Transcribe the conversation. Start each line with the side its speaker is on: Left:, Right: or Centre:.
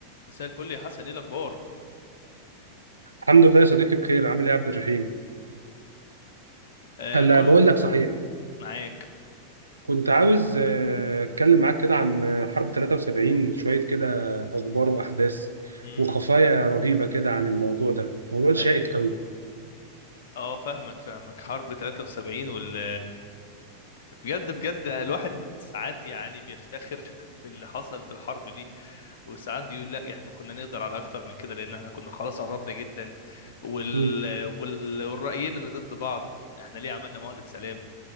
Left: مساء الفل يا حسن ايه الاخبار
Right: الحمد لله يا صديقي بخير عامل ايه يا عبد الرحيم
Left: آه
Right: هلا
Left: كل
Right: بقول لك صحيح
Left: معاك
Right: كنت عاوز آه، اتكلم معاك كده عن آه، حرب 73 شويه كده اخبار واحداث
Left: امم
Right: وخفايا رهيبه كده عن الموضوع ده موضوع شائك
Left: ايوه
Right: قوي
Left: اه فاهمك فاهمك حرب 73 وال بجد بجد الواحد ساعات يعني بيفتخر <laughs> باللي حصل في الحرب دي وساعات بيقول لا احنا كنا نقدر على اكتر من كده لان احنا كنا خلاص قربنا جدا وال...
Right: مم،
Left: وال... والرأيين اللي ضد بعض احنا ليه عملنا معاهدة سلام